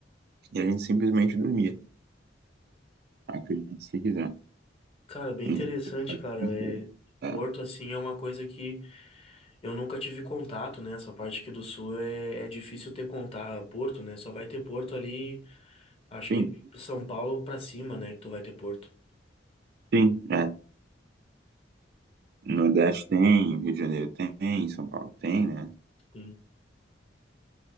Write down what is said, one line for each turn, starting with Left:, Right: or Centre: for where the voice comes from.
Right: e a gente simplesmente dormia. Acredite se quiser.
Left: Cara, bem
Right: <laughs>
Left: interessante, cara. É,
Right: É,
Left: Porto, assim, é uma coisa que eu nunca tive contato, né? Essa parte aqui do Sul é, é difícil ter contato, Porto, né? Só vai ter Porto ali, acho
Right: sim,
Left: que São Paulo pra cima, né? Que tu vai ter Porto.
Right: sim, é. No Nordeste tem, Rio de Janeiro tem, São Paulo tem, né?
Left: Sim.